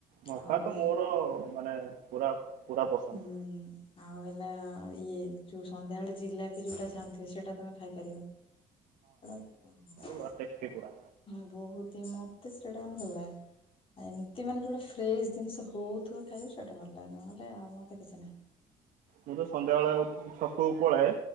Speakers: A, on the right; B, on the left.
A: ମକା
B: ଆଉ ହୁଁ
A: ତ ମୋର ମାନେ ପୁରା ପୁରା ପସନ୍ଦ।
B: ହୁଁ। ଆଉ ହେଲା ଇଏ ଯୋଉ ସନ୍ଧ୍ୟାବେଳେ ଜିଲାପି ଯୋଉଟା ଛାଣି ଥିବେ। ସେଇଟା ତମେ ଖାଇପାରିବ। <unintelligible>
A: ପୁରା ଟେଷ୍ଟି ପୁରା।
B: ମୁଁ ବହୁତ ହି ମୋତେ ସେଇଟା ଭଲଲାଗେ। ଏମିତି ମାନେ ଯୋଉଟା ଫ୍ରେଶ୍ ଜିନିଷ ହଉଥିବ ଖାଇବାକୁ ସେଇଟା ଭଲ ଲାଗେ। ନହେଲେ ଆଉ ମୋତେ କିଛି ନାହିଁ।
A: ମୁଁ ତ ସନ୍ଧ୍ୟାବେଳେ ଛକକୁ ପଳାଏ।